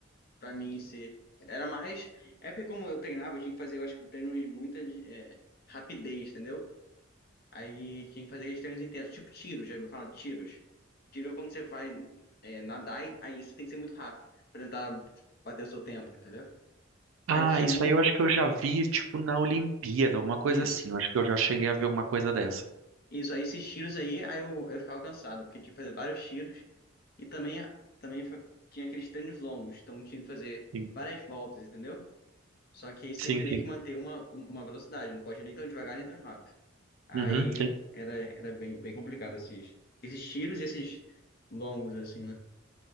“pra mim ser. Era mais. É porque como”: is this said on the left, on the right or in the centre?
Left